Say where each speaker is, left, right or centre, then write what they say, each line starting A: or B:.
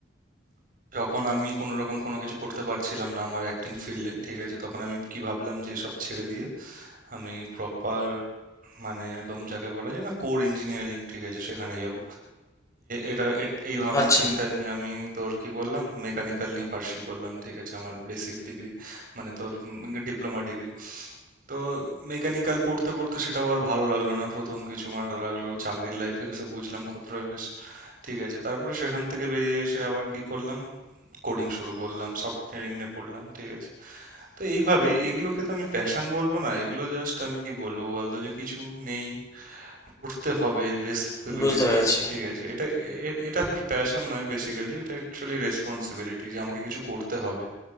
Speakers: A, on the right; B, on the left.
A: যখন আমি কোনো রকম কোনো কিছু করতে পারছিলাম না আমার অ্যাক্টিং ফিল্ডে ঠিক আছে তখন আমি কি ভাবলাম যে সব ছেড়ে দিয়ে আমি প্রপার মানে একদম যাকে বলা যায় না কোর ইঞ্জিনিয়ারিং ঠিক আছে সেখানে যাব এটা এ- এই ভাবনা
B: আচ্ছা
A: চিন্তা নিয়ে আমি তোর কি বললাম মেকানিক্যাল নিয়ে পার্সিউ করলাম ঠিক আছে আমার বেসিক ডিগ্রি মানে তোর ডিপ্লোমা ডিগ্রি তো মেকানিক্যাল পড়তে পড়তে সেটাও আর ভালো লাগলো না প্রথম কিছু ভালো লাগলো চাকরির লাইফে এসে বুঝলাম কতটা বেশ ঠিক আছে তারপরে সেখান থেকে বেরিয়ে এসে আবার কি করলাম কোডিং শুরু করলাম সফটওয়্যার নিয়ে পড়লাম ঠিক আছে তো এইভাবেই এগুলোকে তো আমি প্যাশন বলবো না এগুলো জাস্ট আমি কি বলবো বলতো যে কিছু নেই করতে হবে রেসপন্সিবিলিটি
B: বুঝতে পেরেছি
A: ঠিক আছে এটা এ- এটা প্যাশন নয় বেসিক্যালি এটা অ্যাকচুয়ালি রেসপন্সিবিলিটি যে আমাকে কিছু করতে হবে